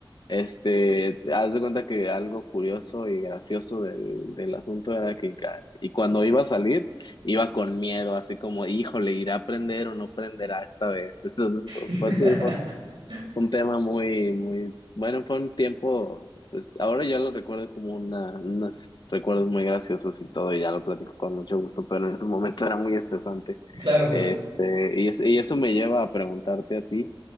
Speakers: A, on the left; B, on the right.
A: Este, haz de cuenta que algo curioso y gracioso del, del asunto era que ca- y cuando iba a salir, iba con miedo, así como, híjole, ¿irá a prender o no prenderá esta vez? <laughs> Entonces,
B: <laughs>
A: pues sí, fue un tema muy, muy, bueno, fue un tiempo, pues ahora yo lo recuerdo como una, unos recuerdos muy graciosos y todo, y ya lo platico con mucho gusto, pero en ese momento era muy estresante.
B: Claro,
A: Este,
B: pues.
A: y, es- y eso me lleva a preguntarte a ti,